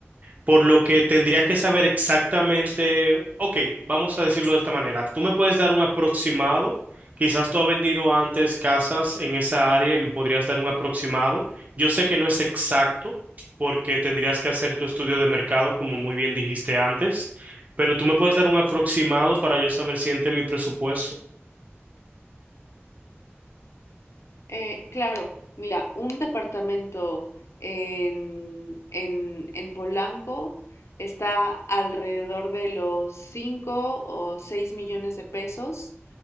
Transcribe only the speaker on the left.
Eh, claro, mira, un departamento en, en, en Polanco está alrededor de los 5 o 6 millones de pesos.